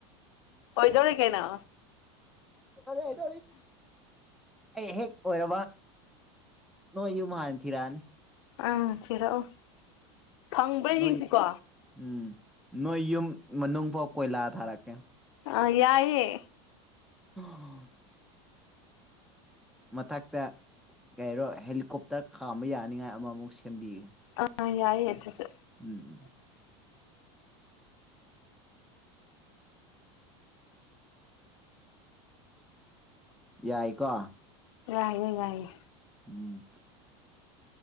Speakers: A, on the left (about 75°); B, in the centre.
A: ꯑꯣꯏꯗꯧꯔꯦ ꯀꯩꯅꯣ
B: ꯀꯩꯗꯧꯔꯦ ꯀꯩꯗꯧꯔꯤ ꯑꯩ ꯍꯦꯛ ꯑꯣꯏꯔꯕ ꯅꯣꯏ ꯌꯨꯝ ꯍꯅ ꯊꯤꯔꯛꯑꯅꯤ
A: ꯑꯥꯪ ꯊꯤꯔꯛꯑꯣ ꯐꯪꯕ꯭ꯔꯥ
B: ꯅꯣꯏ
A: ꯌꯦꯡꯁꯤꯀꯣ
B: ꯎꯝ ꯅꯣꯏ ꯌꯨꯝ ꯃꯅꯨꯡꯐꯥꯎ ꯀꯣꯏꯂꯥ ꯊꯥꯔꯛ
A: ꯑ ꯌꯥꯢꯌꯦ
B: ꯑꯣ ꯃꯊꯛꯇ ꯀꯩꯔꯣ ꯍꯦꯂꯤꯀꯣꯞꯇꯔ ꯈꯥꯝꯕ ꯌꯥꯅꯤꯡꯉꯥꯏ ꯑꯃꯃꯨꯛ ꯁꯤ ꯆꯦꯝꯕꯤꯒ
A: ꯑꯥ ꯌꯥꯏꯌꯦ ꯑꯗꯨꯁꯨ
B: ꯎꯝ ꯌꯥꯏ ꯀꯣ
A: ꯉꯥꯏꯌꯦ ꯉꯥꯏꯌꯦ
B: ꯎꯝ